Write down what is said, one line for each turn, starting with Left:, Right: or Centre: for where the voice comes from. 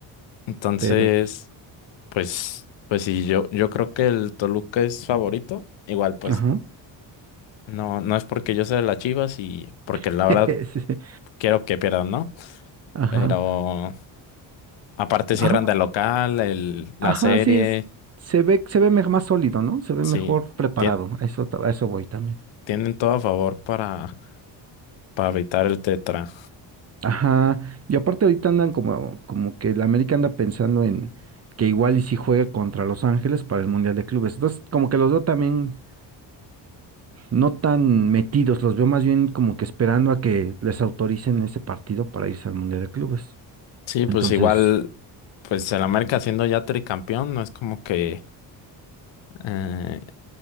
Left: Entonces,
Right: Pero, pues,
Left: pues, pues sí, yo, yo creo que el Toluca es favorito. Igual, pues
Right: ajá.
Left: No, no es porque yo sea de las Chivas y porque la
Right: <laughs>
Left: verdad
Right: Sí,
Left: quiero que pierdan, ¿no?
Right: Ajá.
Left: Pero aparte cierran
Right: Ajá.
Left: de local, el, la
Right: Ajá,
Left: serie,
Right: sí es. Se ve, se ve me- más sólido, ¿no? Se ve
Left: sí,
Right: mejor preparado.
Left: tien-
Right: A eso, ta- a eso voy también.
Left: tienen todo a favor para, para evitar el tetra.
Right: Ajá, y aparte ahorita andan como, como que el América anda pensando en que igual y si juega contra Los Ángeles para el Mundial de Clubes. Entonces, como que los veo también no tan metidos, los veo más bien como que esperando a que les autoricen ese partido para irse al Mundial de Clubes.
Left: Sí, pues
Right: Entonces,
Left: igual, pues el América siendo ya tricampeón, no es como que, eh,